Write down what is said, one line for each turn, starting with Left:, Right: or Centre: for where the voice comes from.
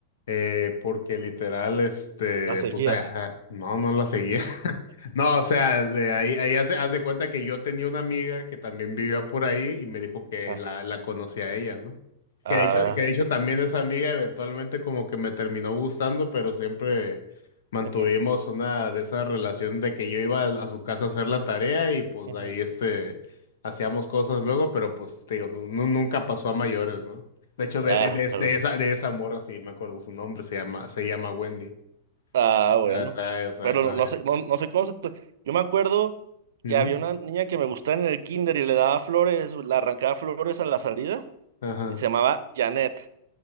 Left: eh, porque literal, este,
Right: La seguías.
Left: pues, ajá, no, no la seguía. <laughs> No, o sea, de ahí, ahí haz de, haz de cuenta que yo tenía una amiga que también vivía por ahí y me dijo que
Right: Ah.
Left: la, la conocía a ella, ¿no?
Right: Ah.
Left: Que de hecho, que de hecho también esa amiga eventualmente como que me terminó gustando, pero siempre mantuvimos
Right: Ujú,
Left: una de esas relaciones de que yo iba a, a su casa a hacer la tarea y pues
Right: ujú.
Left: ahí, este, hacíamos cosas luego, pero pues, te digo, nu- nu- nunca pasó a mayores, ¿no? De hecho, de,
Right: Ah,
Left: de-
Right: jalo.
Left: de esa, de esa morra, sí, me acuerdo su nombre, se llama, se llama Wendy.
Right: Ah, bueno.
Left: Esa, esa,
Right: Pero
Left: esa.
Right: no, no
Left: eh.
Right: sé, no, no sé cómo se... te- Yo me acuerdo
Left: Ujú,
Right: que había una niña que me gustaba en el kinder y le daba flores, le arrancaba flores a la salida
Left: Ajá,
Right: y se llamaba Janet.